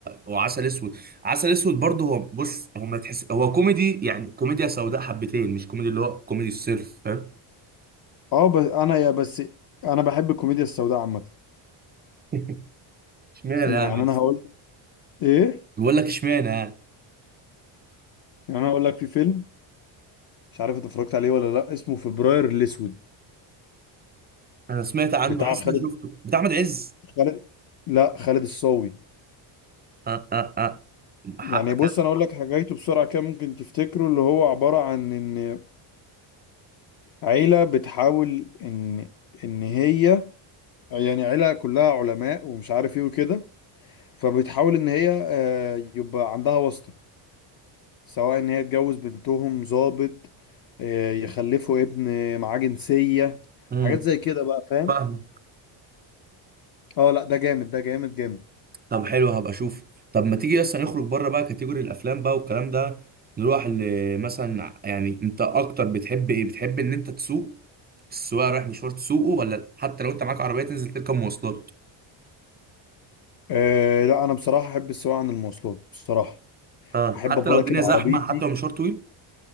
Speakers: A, on the right; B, on the left.
A: وعسل اسود عسل اسود برضه هو بص هو ما تحس هو كوميدي يعني كوميديا سوداء حبتين مش كوميدي اللي هو كوميدي الصرف فاهم
B: اه بس انا يا بس انا بحب الكوميديا السوداء عامة
A: <laughs> اشمعنى
B: يعني
A: يعني يس؟
B: انا هقول ايه
A: بيقول لك اشمعنى يعني
B: يعني انا هقول لك في فيلم مش عارف انت اتفرجت عليه ولا لا اسمه فبراير الاسود
A: انا سمعت عنه
B: بتاع
A: حاسس
B: خالد
A: اني شفته بتاع احمد عز
B: خالد لا خالد الصاوي
A: اه اه اه حقك
B: يعني بص
A: يعني.
B: انا اقول لك حاجاته بسرعه كده ممكن تفتكره اللي هو عباره عن ان عيله بتحاول ان ان هي يعني عيله كلها علماء ومش عارف ايه وكده فبتحاول ان هي آه، يبقى عندها واسطه سواء ان هي تجوز بنتهم ضابط آه، يخلفوا ابن معاه جنسيه
A: امم
B: حاجات زي كده بقى فاهم
A: فاهمه
B: اه لا ده جامد ده جامد جامد
A: طب حلو هبقى اشوف طب ما تيجي اصلا نخرج بره بقى كاتيجوري الافلام بقى والكلام ده نروح ل- مثلا يعني انت اكتر بتحب ايه بتحب ان انت تسوق السواق رايح مشوار تسوقه ولا لا. حتى لو انت معاك عربيه تنزل تركب مواصلات
B: آه لا انا بصراحه احب السواقه عن المواصلات بصراحه
A: اه
B: احب
A: حتى
B: ابقى
A: لو
B: راكب
A: الدنيا
B: عربيتي
A: زحمه حتى لو مشوار طويل